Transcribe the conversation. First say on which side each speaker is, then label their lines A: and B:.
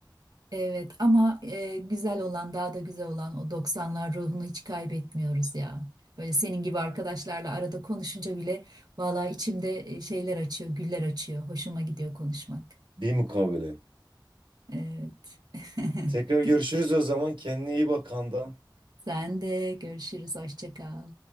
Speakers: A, on the right; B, on the right.
A: Evet ama e, güzel olan daha da güzel olan o doksanlar ruhunu hiç kaybetmiyoruz ya. Böyle senin gibi arkadaşlarla arada konuşunca bile valla içimde e, şeyler açıyor, güller açıyor. Hoşuma gidiyor konuşmak.
B: Bir mukabele.
A: Evet. <laughs>
B: Tekrar görüşürüz o zaman. Kendine iyi bak Handan.
A: Sen de görüşürüz. Hoşça kal.